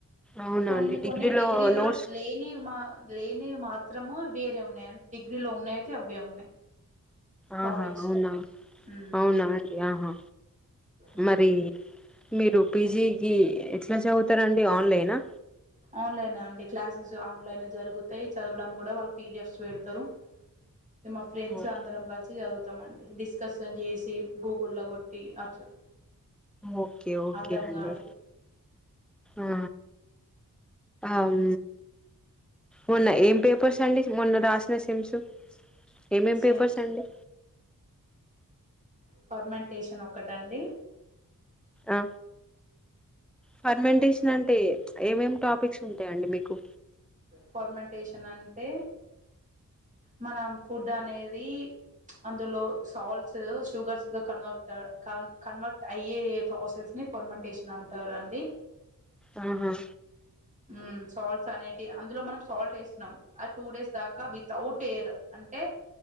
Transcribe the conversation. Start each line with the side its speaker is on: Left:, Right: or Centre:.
Centre: అవునా
Right: కొన్ని
Centre: అండి
Right: కొన్ని డిగ్రీలో
Centre: నోట్స్
Right: లేనివి మా లేనివి మాత్రము వేరే ఉన్నాయి డిగ్రీ లో ఉన్నాయతే అవే ఉన్నాయి
Centre: ఆహా
Right: టాపిక్స్
Centre: అవునా
Right: ఉమ్
Centre: అవునా అండి ఆహా
Right: ఉమ్
Centre: మరి మీరు పీజీకి ఎట్లా చదువుతరండి ఆన్లైనా
Right: ఆన్లైన్ అండి క్లాసెస్ ఆన్లైన్ జరుగుతాయి చదవడం కూడా వాళ్ళు పీడిఎఫ్స్ పెడతరు మా ఫ్రెండ్స్
Centre: ఓ-
Right: అందరం కలిసి చదువుతాండి డిస్కస్న్ చేసి గూగుల్లో కొట్టి అట్లా
Centre: ఓకే ఓకే
Right: అర్ధం
Centre: అండి
Right: కానివి
Centre: ఆ ఆమ్ మొన్న ఏం పేపర్స్ అండి మొన్న రాసిన సిమ్స్ ఏమేం
Right: సేమ్స్
Centre: పేపర్స్ అండి
Right: ఫర్మెంటేషన్ ఒకటండి
Centre: ఆ ఫర్మెంటేషన్ అంటే ఏమేమి టాపిక్స్ ఉంటయండి మీకు
Right: ఫార్మెంటేషన్ అంటే మనం ఫుడ్ అనేది అందులో సాల్ట్స్ షుగర్స్ గా కన్వర్ట్ కన్ కన్వర్ట్ అయ్యే ప్రాసెస్ ని ఫర్మెంటేషన్ అంటారు అండి
Centre: ఆహా
Right: ఉమ్ సాల్ట్స్ అనేటి అందులో మనం సాల్ట్ వేస్తున్నాం ఆ టూ డేస్ దాకా వితౌట్ ఎయిర్ అంటే